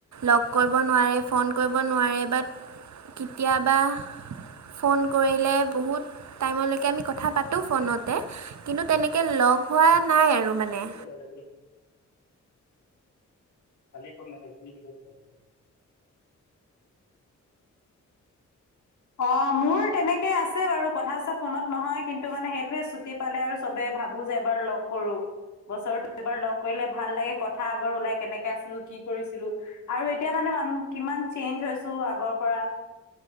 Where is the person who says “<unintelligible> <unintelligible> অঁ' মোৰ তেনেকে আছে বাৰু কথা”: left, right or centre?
Left